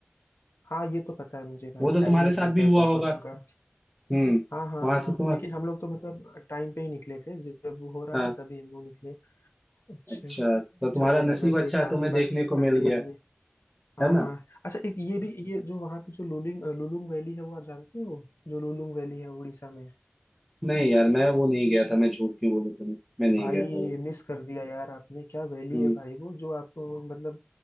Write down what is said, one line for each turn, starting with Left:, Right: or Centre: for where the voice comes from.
Left: हाँ ये तो पता है मुझे भाई
Centre: वो तो
Left: टाइमिंग
Centre: तुम्हारे साथ
Left: होता
Centre: भी
Left: है
Centre: हुआ
Left: प्रॉपर
Centre: होगा
Left: उनका
Centre: हम्म
Left: हाँ हाँ
Centre: वहां
Left: हाँ
Centre: से तुम
Left: लेकिन हम लोग तो मतलब टाइम पे ही निकले थे जब वो हो रहा
Centre: हाँ
Left: था तभी हम लोग निकले अच्छा
Centre: अच्छा तो तुम्हारा
Left: चलो यार
Centre: नसीब
Left: वैसे
Centre: अच्छा है
Left: काफी
Centre: तुम्हें देखने
Left: बातचीत
Centre: को
Left: कर
Centre: मिल
Left: ली हमने
Centre: गया
Left: हाँ
Centre: है ना
Left: हाँ अच्छा एक ये भी ये जो वहाँ पे जो लुलिंग लुलुंग वैली है वो आप जानते हो जो लुलुंग वैली है उड़ीसा में
Centre: नहीं यार मैं वो नहीं गया था मैं झूठ क्यों बोलूं तुम्हें मैं नहीं
Left: भाई
Centre: गया था वो
Left: मिस कर दिया यार आपने क्या वैली
Centre: हम्म
Left: है भाई वो जो आप मतलब